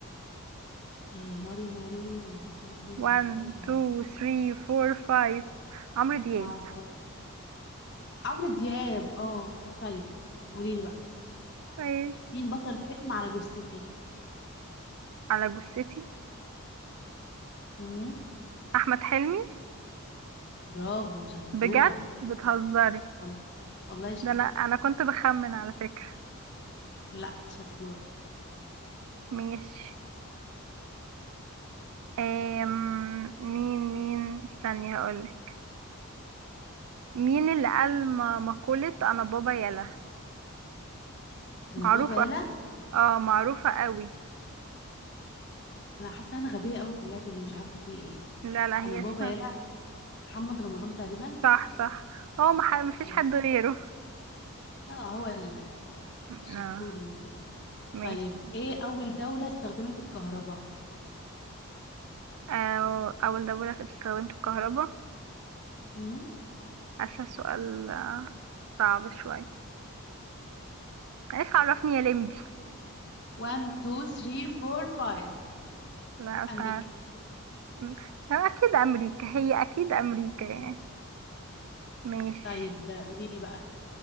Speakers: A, on the left; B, on the right.
A: إيه ناري نارين قلبي
B: 1
A: إيه
B: 2
A: جرى
B: 3 4 5 عمرو دياب
A: معرفهاش عمرو دياب اه طيب قوليلي بقى
B: ماشي
A: مين بطل فيلم على جثتي
B: على جثتي
A: امم
B: أحمد حلمي
A: برافو شطورة
B: بجد بتهزري
A: والله والله شاطرة
B: ده أنا أنا كنت بخمن على فكرة
A: لا شطورة
B: ماشي أم... مين مين استني هقولك مين اللي قال م- مقولة أنا بابا يلا
A: انا
B: معروفة
A: بابا يلا
B: اه معروفة قوي
A: انا حاسة انا غبية قوي في اللعبة دي مش عارفة في ايه
B: لا لا
A: انا
B: هي
A: بابا
B: صح
A: يلا محمد رمضان تقريبا
B: صح صح هو مح- مفيش
A: ايوه
B: حد
A: صح
B: غيره
A: اه هو ال-
B: <laughs>
A: الشطور
B: آه.
A: اللي فيه
B: ماشي
A: طيب ايه اول دولة استخدمت الكهرباء
B: أو أول دولة كانت استخدمت الكهرباء
A: امم
B: حاسة السؤال آه، صعب شوية عايز عرفني يا لمبي
A: 1 2 3 4 5
B: لا مش
A: امريكا
B: عارف م- هو أكيد أمريكا هي أكيد أمريكا يعني
A: مم.
B: ماشي
A: طيب قولي لي بقى